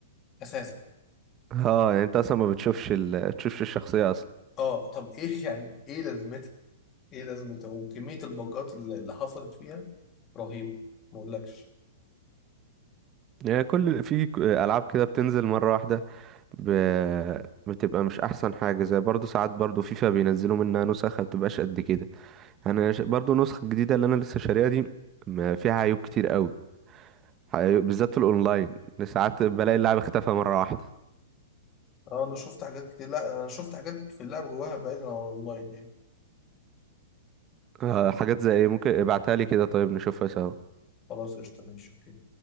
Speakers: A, on the left (about 20°); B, on the right (about 20°).
A: اساسا
B: اه يعني انت اصلا ما بتشوفش ال... تشوفش الشخصيه اصلا
A: اه طب ايه <laughs> يعني ايه لازمتها ايه لازمتها وكمية الباجات اللي اللي حصلت فيها رهيبة ما اقولكش
B: يعني كل في ك- العاب كده بتنزل مره واحده ب... بتبقى مش احسن حاجه زي برضو ساعات برضو فيفا بينزلوا منها نسخ ما بتبقاش قد كده انا ش... برضو نسخه جديده اللي انا لسه شاريها دي ما فيها عيوب كتير قوي عيوب- بالذات في الاونلاين ساعات بلاقي اللاعب اختفى مره واحده
A: اه انا شفت حاجات كتير لا انا شفت حاجات في اللعبة جواها بعيدا عن الاونلاين يعني
B: آه حاجات زي ايه ممكن ابعتها لي كده طيب نشوفها سوا
A: خلاص قشطة ماشي اوكي